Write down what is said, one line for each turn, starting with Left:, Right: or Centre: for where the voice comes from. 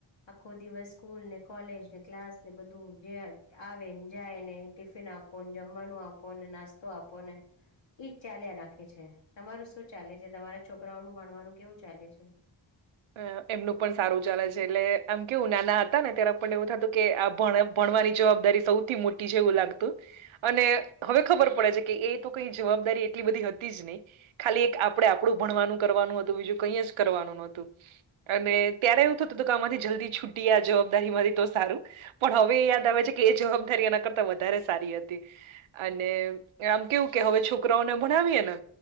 Left: આખો દિવસ સ્કૂલ ને, કોલેજ ને ક્લાસ ને બધું આવેને-જાય ને ટિફિન આપું ને જમવાનું આપોને, નાસ્તો આપો ને, એજ ચાલ્યા રાખે છે. તમારું શું? ચાલે છે. તમારા છોકરાઓ નું ભણવાનું કેવું ચાલે છે?
Right: અ એમનું પણ સારું ચાલે છે એટલે આમ કેવું નાના હતા ને ત્યારે પણને એવું થતું કે આ ભણ ભણવાની જવાબદારી સૌથી મોટી છે એવું લાગતું. અને હવે ખબર પડે છે કે એ તો કંઈ જવાબદારી એટલી બધી હતી જ નય. ખાલી એક આપણે આપણું ભણવાનું કરવાનું હતું, બીજું કંઈ જ કરવાનું નતું. અને ત્યારે એવું થતું હતું કે આમાંથી જલ્દી છૂટયે આ જવાબદારી માંથી તો સારું. પણ હવે એ યાદ આવે છે કે એ જવાબદારી આના કરતા વધારે સારી હતી. અને આમ કેવું કે હવે છોકરાઓને ભણાવીએ ને